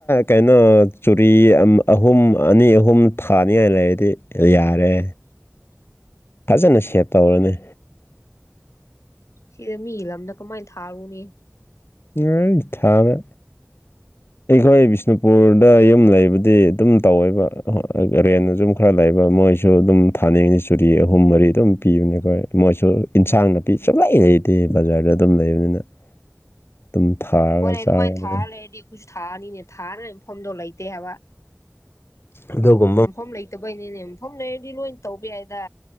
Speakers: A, on the left; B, on the left.
A: ꯀꯩꯅꯣ ꯆꯨꯔꯤ ꯑꯍꯨꯝ ꯑꯅꯤ ꯑꯍꯨꯝ ꯊꯥꯅꯤꯉꯥꯏ ꯂꯩꯔꯗꯤ ꯌꯥꯔꯦ
B: <inaudible>
A: ꯐꯖꯅ ꯁꯦꯞ ꯇꯧꯔꯅꯤ
B: ꯁꯤꯗ ꯃꯤꯒꯤ ꯂꯝꯗ ꯀꯃꯥꯏꯅ ꯊꯥꯔꯨꯅꯦ
A: ꯌꯥ ꯏ ꯊꯕ
B: ꯎ
A: ꯑꯩꯈꯣꯏ ꯕꯤꯁꯅꯨꯄꯨꯔꯗ ꯌꯨꯝ ꯂꯩꯕꯨꯗꯤ ꯑꯗꯨꯝ ꯇꯧꯋꯦꯕ ꯀꯔꯤ ꯍꯥꯏꯅꯦ ꯈꯔ ꯂꯩꯕ ꯃꯣꯏꯁꯨ ꯑꯗꯨꯝ ꯊꯥꯅꯤꯡꯉꯤꯅꯤ ꯆꯨꯔꯤ ꯑꯍꯨꯝ ꯃꯔꯤ ꯑꯗꯨꯝ ꯄꯤꯕꯅꯦ ꯑꯩꯈꯣꯏ ꯃꯣꯏꯁꯨ ꯏꯟꯁꯥꯡ ꯅꯥꯄꯤ ꯁꯨꯡꯂꯩ ꯂꯩꯇꯦ ꯕꯖꯥꯔꯗ ꯑꯗꯨꯝ ꯂꯩꯕꯅꯤꯅ ꯑꯗꯨꯝ ꯊꯥꯔꯒ
B: ꯍꯣꯏꯅꯦ ꯑꯗꯨꯃꯥꯏꯅ
A: ꯆꯥꯕꯅꯤ
B: ꯊꯥꯔ ꯂꯩꯔꯗꯤ ꯑꯩꯈꯣꯏꯁꯨ ꯊꯥꯔꯅꯤꯅꯦ ꯊꯥꯅ ꯃꯐꯝꯗꯣ ꯂꯩꯇꯦ ꯍꯥꯏꯕ
A: ꯑꯗꯨꯒꯨꯝ
B: ꯃꯐꯝ ꯂꯩꯇꯕꯩꯅꯤꯅꯦ ꯃꯐꯝ ꯂꯩꯔꯗꯤ ꯂꯣꯏ ꯇꯧꯕ ꯌꯥꯏꯗ